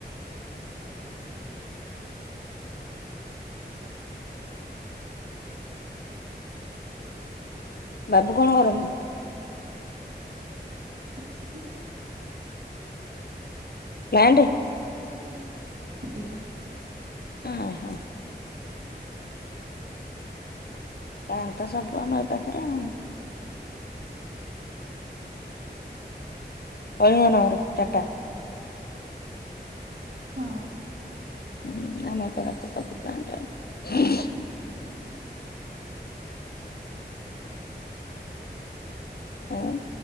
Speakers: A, on the left (about 60°); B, on the right (about 75°).
A: ବାବୁ କଣ କରନ୍ତି?
B: <inaudible>
A: ପ୍ଲାଣ୍ଟେ
B: <inaudible>
A: ଉଁ ହୁଁ। <unintelligible> ତ ସବୁ ଆମ ଏ ପାଖରେ ଆଉ। କଳିଙ୍ଗ ନଗର ଟାଟା।
B: ହଁ।
A: ହୁଁ ଆମ ଏପଟେ ତ ସବୁ ପ୍ଲାଣ୍ଟ ଆଉ। <inaudible> ହୁଁ।